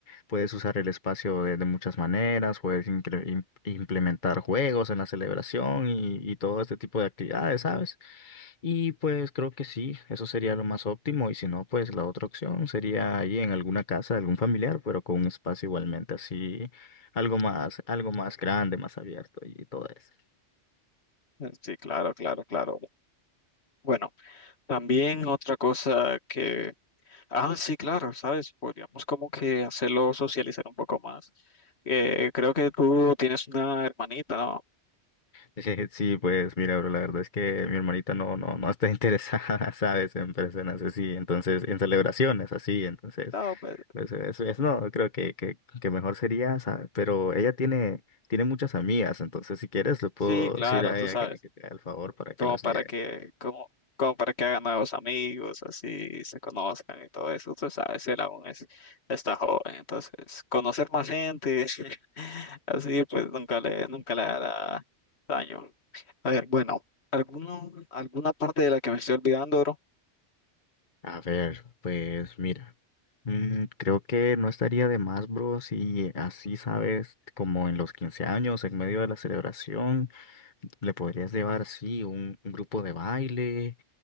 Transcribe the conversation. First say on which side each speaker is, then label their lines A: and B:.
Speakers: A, on the left; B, on the left.
A: puedes usar el espacio de, de muchas maneras, puedes incre- im- implementar juegos en la celebración y, y todo este tipo de actividades, ¿sabes? Y pues creo que sí, eso sería lo más óptimo. Y si no, pues la otra opción sería ahí en alguna casa de algún familiar, pero con un espacio igualmente así, algo más, algo más grande, más abierto y todo eso.
B: Sí, claro, claro, claro. Bueno, también otra cosa que Ah, sí, claro, sabes, podríamos como que hacerlo socializar un poco más. Eh, creo que tú tienes una hermanita, ¿no?
A: <laughs> Sí, pues mira, bro, la verdad es que mi hermanita no, no, no está interesada, <laughs> ¿sabes? En personas así, entonces, en celebraciones así, entonces.
B: No, pues
A: Pues eso es, no, creo que, que, que mejor sería, ¿sabes? Pero ella tiene, tiene muchas amigas, entonces si quieres le puedo
B: sí, claro,
A: decir a
B: tú
A: ella
B: sabes,
A: que, que te haga el favor para que
B: como
A: las
B: para
A: lleve.
B: que, como, como para que hagan nuevos amigos, así se conozcan y todo eso, tú sabes, él aún es, está joven, entonces conocer más gente, <laughs> así pues nunca le, nunca le hará daño. A ver, bueno, ¿alguno, alguna parte de la que me estoy olvidando,
A: A ver, pues mira, mm, creo que no estaría de más, bro, si así, sabes, como en los 15 años, en medio de la celebración, le podrías llevar, sí, un, un grupo de baile